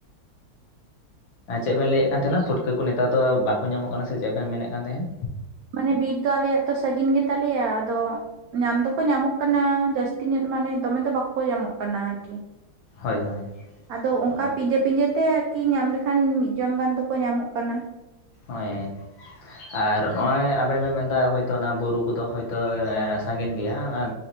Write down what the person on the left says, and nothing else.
ᱟᱨ ᱪᱮᱫ ᱵᱮᱱ ᱞᱟᱹᱭᱮᱫ ᱠᱟᱱ ᱛᱟᱦᱮᱸᱱᱟ ᱯᱩᱴᱠᱟᱹ ᱠᱚ ᱱᱮᱛᱟᱨ ᱫᱚ ᱵᱟᱠᱚ ᱧᱟᱢᱚᱜ ᱠᱟᱱᱟ ᱥᱮ ᱪᱮᱫ ᱵᱮᱱ ᱢᱮᱱᱮᱫ ᱠᱟᱱ ᱛᱟᱦᱮᱸᱱ?
ᱦᱳᱭ ᱦᱳᱭ
ᱚ
ᱦᱳᱭ
ᱟᱨ ᱱᱚᱜᱼᱚᱭ ᱟᱵᱮᱱ ᱵᱮᱱ ᱢᱮᱱᱫᱟ ᱦᱚᱭᱛᱚ ᱱᱚᱣᱟ ᱵᱩᱨᱩ ᱠᱚᱫᱚ ᱦᱳᱭᱛᱚ ᱥᱟᱸᱹᱜᱤᱧ ᱜᱮᱭᱟ ᱟᱨᱼᱼ